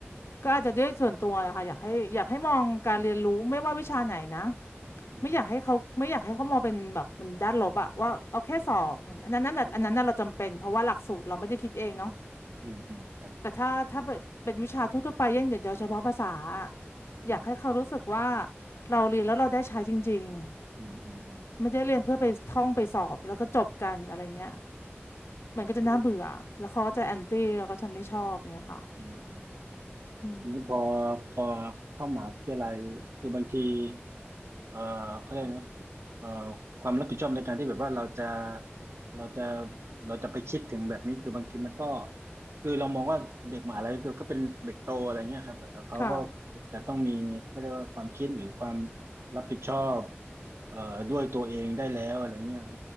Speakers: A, on the left (about 80°); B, on the right (about 70°).
A: ก็อาจจะด้วยส่วนตัวนะคะอยากให้อยากให้มองการเรียนรู้ไม่ว่าวิชาไหนนะ
B: อืม
A: ไม่อยากให้เขาไม่อยากให้เขามองเป็นแบบเป็นด้านลบอะว่าเอาแค่สอบอันนั้นนั่นน่ะอันนั้นน่ะเราจำเป็นเพราะว่าหลักสูตรเราไม่ได้คิดเองเนาะ
B: ออาอืมอืมอืมอืมครับ
A: แต่ถ้าถ้าเป็นเป็นวิชาทั่วๆไปอย่างเดียวเฉพาะภาษาอะ
B: อืม
A: อยากให้เขารู้สึกว่าเราเรียนแล้วเราได้ใช้จริง
B: อืมอืมอืมใช่
A: ไม่ได้เรียนเพื่อไปท่องไปสอบแล้วก็จบกันอะไรเงี้ยมันก็จะน่าเบื่อแล้วเขาก็จะแอนตี้แล้วก็จะไม่ชอบเงี้ยค่ะ
B: คืออืมอืม
A: อืม
B: ทีนี้พอพอเข้ามหาวิทยาลัยคือบางทีเอ่อเขาเรียกนะเอ่อความรับผิดชอบในการที่แบบว่าเราจะเราจะเราจะไปคิดถึงแบบนี้ คือบางทีมันก็คือเรามองว่าเด็กมหาลัยคือก็เป็นเด็กโตอะไรเงี้ยครับเอ่อเขาก็
A: ค่ะ
B: จะต้องมีเขาเรียกว่าความคิดหรือความรับผิดชอบเอ่อด้วยตัวเองได้แล้วอะไรเงี้ย